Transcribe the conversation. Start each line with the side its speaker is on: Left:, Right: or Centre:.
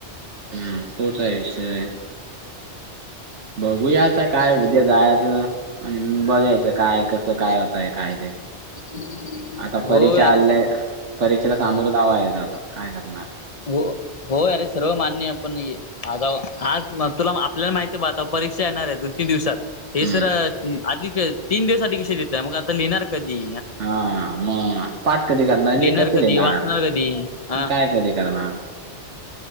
Right: हम्म तोच आहे विषय. बघूया आता काय उद्या जायच. आणि बघायचं काय कसं काय होतय काय ते
Left: <unintelligible>
Right: आता
Left: होय
Right: परीक्षा
Left: अरे
Right: आल्या
Left: सगळे
Right: परीक्षेला सामोर जावा यायचां आता काय करणार.
Left: हो हो अरे सर्व मान्य पण आता आज तुला आपल्याला माहिती आहे ब. परीक्षा येणार आहे दोन तीन दिवसात हे
Right: हम्म
Left: सर आधी तीन दिवस आधी कसे देतय मग आता लिहिणार कधी
Right: हा मग पाठ कधी करणार
Left: लिहिणार
Right: कस
Left: कधी
Right: लिहिणार
Left: वाचणार कधी हा
Right: काय कधी करणार.